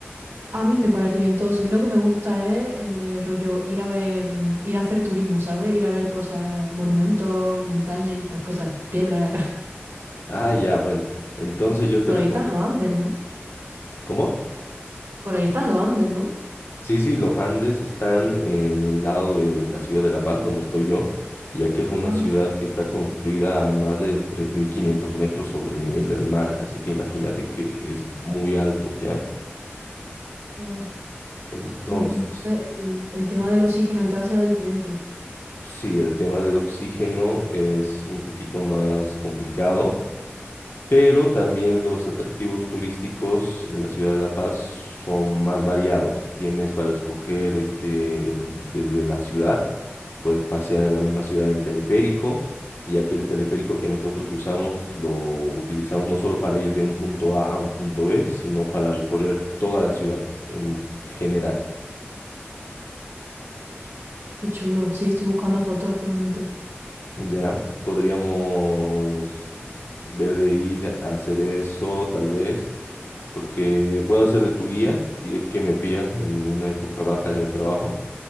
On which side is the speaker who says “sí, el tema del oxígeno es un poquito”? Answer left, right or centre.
Left